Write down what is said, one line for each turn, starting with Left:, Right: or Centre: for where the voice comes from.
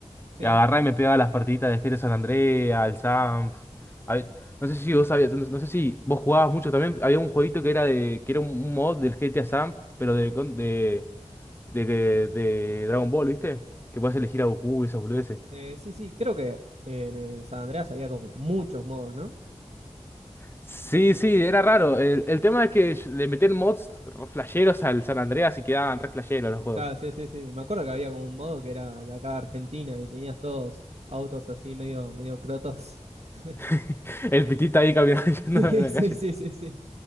Right: Sí.
Left: Y agarraba y me pegaba las partiditas de GTA San Andreas, al Sanf. Hab- No sé si vos sabías, no no sé si vos jugabas mucho también. Había un jueguito que era de, que era un un mod del GTA Sanf, pero de, con- de, de, de- de Dragon Ball, ¿viste? Que podías elegir a Goku y esas boludeces.
Right: Eh, sí, sí, creo que en el San Andreas había como muchos modos, ¿no?
Left: Sí, sí, era raro. El, el tema es que yo- le metían mods re flasheros al San Andreas y quedaban re flasheros los juegos.
Right: Claro, sí, sí, sí. Me acuerdo que había como un modo que era de acá de Argentina y tenías todos autos así medio, medio crotos. <laughs>
Left: <laughs> El pitita ahí caminando <laughs> yendo
Right: Sí,
Left: en la
Right: sí,
Left: calle.
Right: sí, sí, sí.